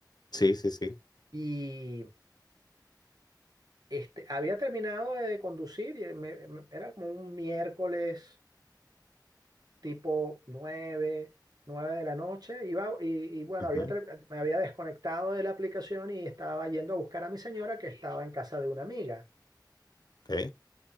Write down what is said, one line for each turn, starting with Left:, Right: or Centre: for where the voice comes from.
Left: Sí, sí, sí.
Right: Y este, había terminado de conducir, y me- me- era como un miércoles tipo nueve nueve de la noche, iba, y, y bueno,
Left: Ujú,
Right: había, ter- me había desconectado de la aplicación y estaba yendo a buscar a mi señora que estaba en casa de una amiga.
Left: ok,